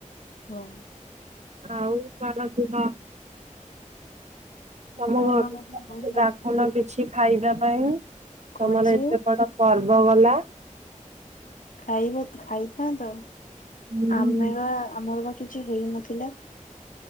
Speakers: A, on the left; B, on the right.
A: ହଁ।
B: ଆଉ <unintelligible>
A: କଣ
B: ତମ ଘରକୁ
A: କହି
B: ତ ମତେ
A: ଡାକିଲା
B: ଡାକୁନ କିଛି ଖାଇବା
A: ବୋଲି?
B: ପାଇଁ।
A: କଣ
B: ତମର
A: ଯେ
B: ଏତେ ବଡ ପର୍ବ ଗଲା।
A: ଖାଇବା ଖାଇଥାନ୍ତ
B: ହୁଁ।
A: ଆମେ ବା ଆମର ବା। କିଛି ହେଇନଥିଲା।